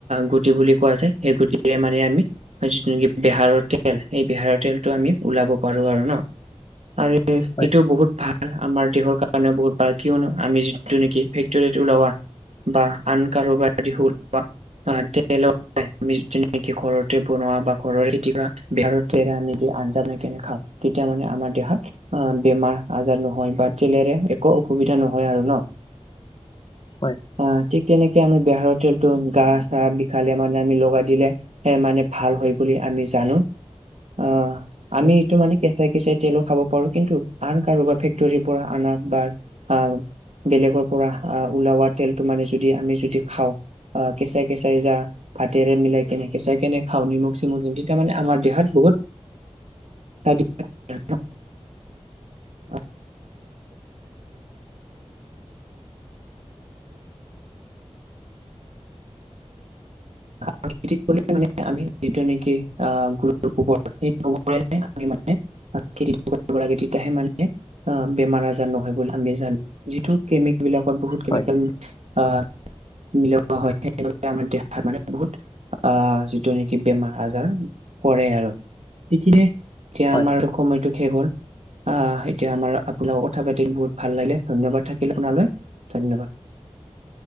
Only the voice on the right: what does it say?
গুটি বুলি কোৱা যায় সেই গুটিৰে মানে আমি যিটো নেকি বেহাৰৰ তেল সেই বেহাৰৰ তেলটো আমি ওলাব পাৰো আৰু ন? আৰু
এইটো বহুত ভাল আমাৰ দেহৰ কাৰণেও বহুত ভাল কিয়নো আমি যি যটো নেকি ফেক্টৰীত উলোৱা বা আন কাৰোবাৰ দি উলোৱা অ তেলৰ আমি যিটো নেকি ঘৰতে বনোৱা বা ঘৰৰে খেতি কৰা বিহাৰৰ তেল আমি আঞ্জা বনাই কেনে খাওঁ তেতিয়া মানে আমাৰ দেহত বেমাৰ আজাৰ নহয় বা তেলেৰে একো অসুবিধা নহয় আৰু ন?
অ ঠিক তেনেকে আমি বেহাৰৰ তেলটো গা চা বিষালে মানে আমি লগাই দিলে এ মানে ভাল হয় বুলি আমি জানো আহ আমি
এইটো মানে কেঁচাই কেঁচাই তেলো খাব পাৰো, কিন্তু আন কাৰোবাৰ ফেক্টৰীৰ পৰা আনা বা আহ বেলেগৰ পৰা আহ উলোৱা তেলটো মানে যদি আমি যদি খাওঁ অ কেচাই কেচাই যা ভাতেৰে মিলাই কেনে কেঁচাই কেনে খাওঁ নিমখ চিমখ সিমখ দি তেতিয়া মানে আমাৰ দেহত বহুত <unintelligible> <unintelligible> <unintelligible> খতি কৰিলে মানে আমি যিটো নেকি আহ গুৰু গোবৰ সেই গোবৰে আমি মানে খেতি কৰিব লাগে তেতিয়াহে মানে অ বেমাৰ আজাৰ নহয় বুলি আমি জানো, যিটো কেমিক বিলাকত বহুত কেমিকেল
আহ মিলোৱা হয় <unintelligible> আমাৰ দেহাত মানে বহুত আহ যিটো নেকি বেমাৰ আজাৰ কৰে আৰু। সেইখিনিয়ে, এতিয়া
আমাৰ সময়টো শেষ হ'ল। আহ এতিয়া আমাৰ আপোনাৰ লগত কথা পাতিম বহুত ভাল লাগিলে ধন্যবাদ থাকিল আপোনালৈ, ধন্যবাদ।